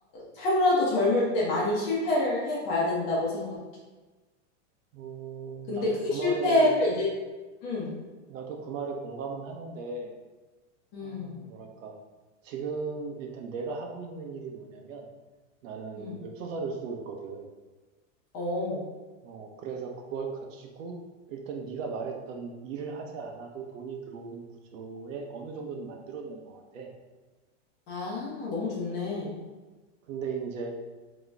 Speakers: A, on the left (about 30°); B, on the right (about 85°).
A: 하루라도 젊을 때 많이 실패를 해봐야 된다고 생각해.
B: 음,
A: 근데
B: 나도
A: 그
B: 그
A: 실패를
B: 말에,
A: 이제, 음,
B: 나도 그 말에 공감은 하는데,
A: 음,
B: 아, 뭐랄까. 지금 일단 내가 하고 있는 일이 뭐냐면 나는
A: 음,
B: 웹소설을 쓰고 있거든.
A: 어,
B: 어, 그래서 그걸 가지고 일단 네가 말했던 일을 하지 않아도 돈이 들어오는 구조에 어느 정도는 만들어 놓은 것 같아.
A: 아, 너무 좋네.
B: 근데 이제